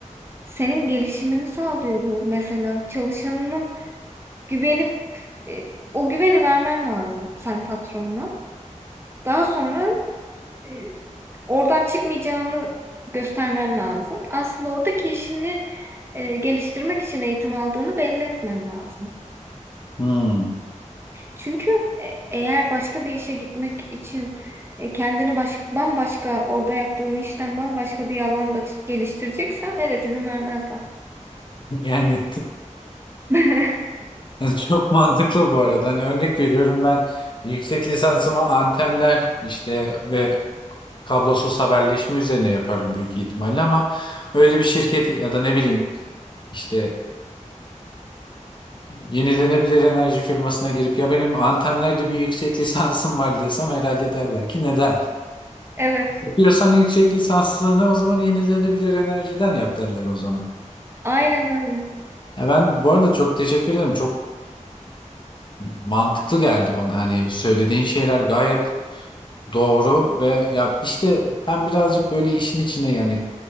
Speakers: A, on the right; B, on the left.
A: senin gelişimini sağlıyor bu mesela çalışanının güvenip e, o güveni vermen lazım sen patronuna. Daha sonra e, oradan çıkmayacağını göstermen lazım. Aslında oradaki işini e, geliştirmek için eğitim aldığını belli etmen lazım.
B: Hmm.
A: Çünkü e, eğer başka bir işe gitmek için e, kendini baş, bambaşka orada yaptığın işten bambaşka bir alanda ç- geliştireceksen evet izin vermezler.
B: Yani
A: <laughs>
B: <laughs> çok mantıklı bu arada. Hani örnek veriyorum ben yüksek lisansıma antenler işte ve kablosuz haberleşme üzerine yaparım büyük ihtimalle ama öyle bir şirket ya da ne bileyim işte Yenilenebilir enerji firmasına girip ya benim antenlerde bir yüksek lisansım var desem herhalde derler ki neden?
A: Evet,
B: Yapıyorsan yüksek lisansını o zaman yenilenebilir enerjiden yap derler o zaman.
A: aynen öyle.
B: Ya ben bu arada çok teşekkür ederim. Çok mantıklı geldi bana. Hani söylediğin şeyler gayet doğru ve ya işte ben birazcık böyle işin içine yani